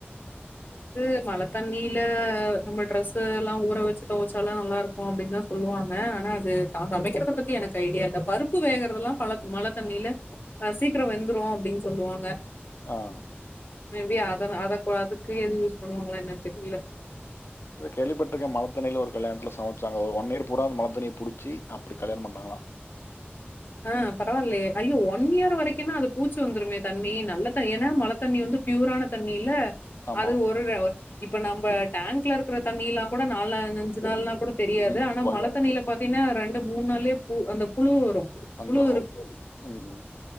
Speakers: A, on the left; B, on the left.
A: அது மழை தண்ணீல நம்ம டிரரெஸு எல்லா ஊற வச்சு துவைச்சாலு நல்லா இருக்கு அப்படின்னுதா சொல்லுவாங்க ஆ ஆனா அது சமைக்கறத பத்தி க்கு ஐடியா இல்ல. பருப்பு வேகறதெல்லா பல மழ தண்ணியில அஹ் சீக்ரோ வெந்துரு அப்படின்னு சொல்லுவாங்க
B: ஆஹ்
A: மே‌பி அது அதது எது யூஸ் பண்ணுவாங்களா என்ன தெரியல
B: ட்ரு கேள்விப்பட்டிருக்க. மழத்தண்ணில ஒரு கல்யாணத்துல சமைச்சாங்க ஒரு ஒன் இயர் பூரா அந்த மழைதண்ணிய புடிச்சி அப்படி கல்யாணம் பண்ணாங்காளா
A: ஆ பரவால்லயே ஐயோ ஒன் இயர் வரைக்கும்ன்னா அது பூச்சி வந்துருமே தண்ணி. நல்ல த ஏன்னா மழை தண்ணி வந்து ப்யூரான தண்ணில்ல
B: ஆமா
A: அது ஒரு இப்ப நம்ம டேங்க்ல இருக்கற தண்ணிலல்லா கூட நால அஞ்சு நாள்ல்லாம் கூட தெரியாது
B: ம்
A: ஆனா
B: போயிடும்
A: மழ தண்ணியில பாத்தீங்கன்னா ரெண்டு மூணு நாளே பு அந்த புழு வரும்
B: அந்த
A: புழு
B: உம்